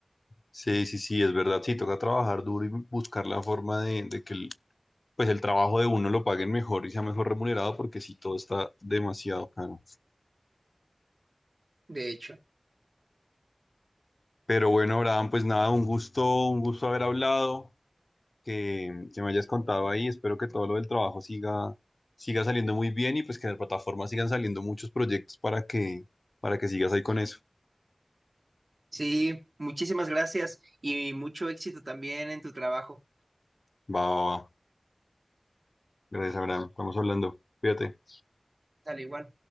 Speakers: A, on the left (about 70°); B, on the right (about 70°).
A: sí, sí, sí, es verdad. Sí, toca trabajar duro y buscar la forma de, de que el, pues el trabajo de uno lo paguen mejor y sea mejor remunerado, porque sí, todo está demasiado caro.
B: de hecho.
A: Pero bueno, Abraham, pues nada, un gusto, un gusto haber hablado. que, que me hayas contado ahí. Espero que todo lo del trabajo siga, siga saliendo muy bien y pues que en la plataforma sigan saliendo muchos proyectos para que, para que sigas ahí con eso.
B: Sí, muchísimas gracias y mucho éxito también en tu trabajo,
A: Va, va, va. Gracias, Abraham. Estamos hablando. Cuídate.
B: al igual.